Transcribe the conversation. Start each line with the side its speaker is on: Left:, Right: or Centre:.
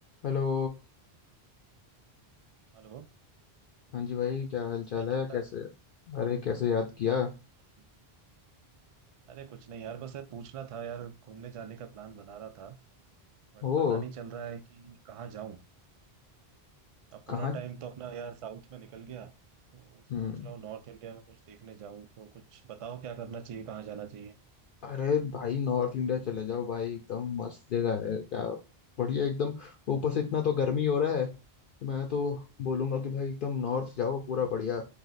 Left: Hello
Right: Hello
Left: हाँ जी भाई क्या हाल चाल
Right: भाई
Left: है
Right: कैसा
Left: कैसे
Right: है
Left: अरे कैसे याद किया
Right: बढ़िया। अरे कुछ नहीं यार बस यार पूछना था यार घूमने जाने का प्लान बना रहा था बट
Left: वो
Right: पता नहीं चल रहा है कि कहाँ जाऊं अब पूरा
Left: कहाँ
Right: टाइम तो अपना यार साउथ में निकल गया तो
Left: हम्म,
Right: सोच रहा हूँ नॉर्थ इंडिया में कुछ देखने जाऊं तो कुछ बताओ क्या करना चाहिए कहाँ जाना चाहिए
Left: अरे भाई नॉर्थ इंडिया चले जाओ भाई एकदम मस्त जगह है क्या बढ़िया एकदम ऊपर से इतना तो गर्मी हो रहा है तो मैं तो बोलूंगा कि भाई एकदम नॉर्थ जाओ पूरा बढ़िया